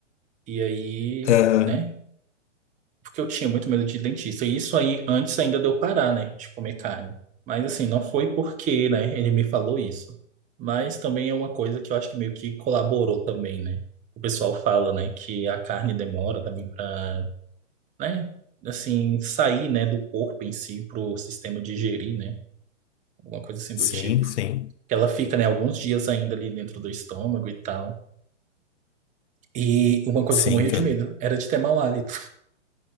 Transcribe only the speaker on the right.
E aí,
né? Porque eu tinha muito medo de dentista. E isso aí, antes ainda de eu parar, né? De comer carne. Mas assim, não foi porque, né? Ele me falou isso. Mas também é uma coisa que eu acho que meio que colaborou também, né? O pessoal fala, né? Que a carne demora também para né? Assim, sair, né, do corpo em si para o sistema digerir, né? Alguma coisa assim
do tipo.
Que ela fica, né, alguns dias ainda ali dentro do estômago e tal. E uma coisa
que eu morria
de medo era de ter mau hálito.